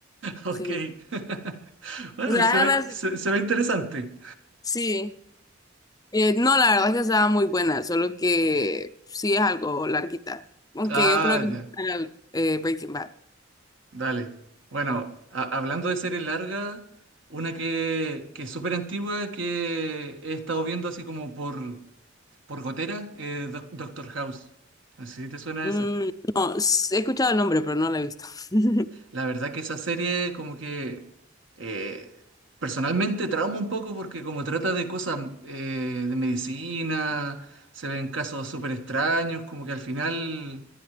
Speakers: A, on the right (about 65°); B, on the left (about 20°).
A: ok.
B: Sí.
A: <laughs> Bueno,
B: O sea,
A: se ve,
B: ahora
A: se, se ve interesante.
B: sí. Eh, no, la verdad es que estaba muy buena, solo que sí es algo larguita. Aunque
A: Ah,
B: yo creo que
A: ya,
B: al- eh, Breaking Bad.
A: dale. Bueno, a- hablando de serie larga, una que, que es súper antigua que he estado viendo así como por, por gotera, eh, Doc- Doctor House. No sé si te suena
B: Mm,
A: esa.
B: no, s- he escuchado el nombre, pero no lo he visto. <laughs>
A: La verdad que esa serie como que eh, personalmente trauma un poco porque como trata de cosas eh, de medicina, se ven casos súper extraños, como que al final